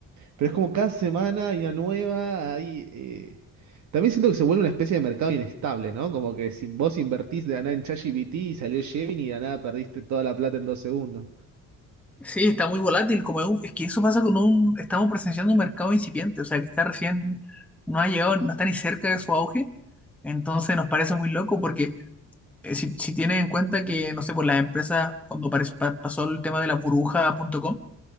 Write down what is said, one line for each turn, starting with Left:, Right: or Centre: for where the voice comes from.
Right: pero es como cada semana hay una nueva, hay, eh, También siento que se vuelve una especie de mercado inestable, ¿no? Como que si vos invertís de la nada en ChatGPT y salió Gemini y de la nada perdiste toda la plata en dos segundos.
Centre: Sí, está muy volátil, como es, un- es que eso pasa con un, estamos presenciando un mercado incipiente, o sea, que está recién, no ha llegado, no está ni cerca de su auge, entonces nos parece muy loco porque eh, si, si tienes en cuenta que, no sé, por las empresas, cuando pare- pa- pasó el tema de la burbuja punto com